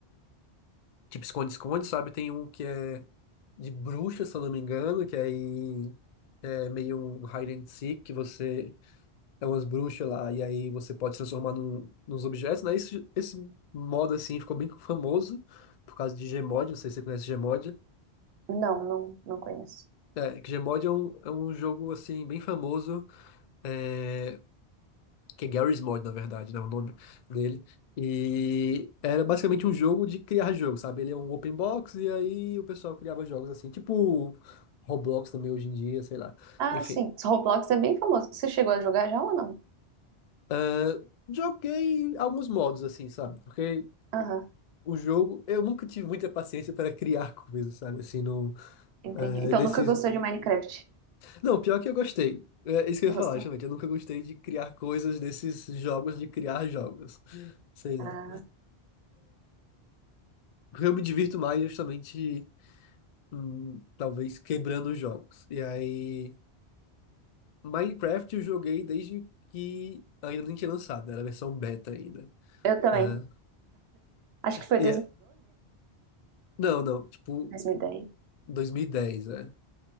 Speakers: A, on the left; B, on the right.
A: tipo esconde-esconde, sabe? Tem um que é de bruxa, se eu não me engano, que aí é meio um hide and seek, que você é umas bruxas lá, e aí você pode se transformar num, nos objetos, né? Esse, esse modo, assim, ficou bem famoso por causa de Gmod, não sei se você conhece Gmod.
B: Não, não, não conheço.
A: É, que Gmod é um, é um jogo, assim, bem famoso é, que é Garry's Mod, na verdade, né, o nome dele. E era basicamente um jogo de criar jogo, sabe? Ele é um open box e aí o pessoal criava jogos assim, tipo Roblox também hoje em dia, sei lá.
B: Ah,
A: Enfim,
B: sim. Roblox é bem famoso. Você chegou a jogar já ou não?
A: ah, joguei alguns modos assim, sabe? Porque
B: Aham,
A: o jogo, eu nunca tive muita paciência para criar coisas, sabe? Assim, no,
B: entendi.
A: ah,
B: Então
A: desses...
B: nunca gostou de Minecraft?
A: Não, pior que eu gostei. É isso que eu ia falar,
B: Gostou?
A: justamente. Eu nunca gostei de criar coisas desses jogos de criar jogos. Sei
B: Ah,
A: lá. Porque eu me divirto mais é justamente hum, talvez quebrando os jogos. E aí, Minecraft eu joguei desde que ainda nem tinha lançado, né? era a versão beta ainda.
B: eu também.
A: Aham.
B: Acho que foi
A: E é- não, não, tipo
B: 2012, dez,
A: 2010, né?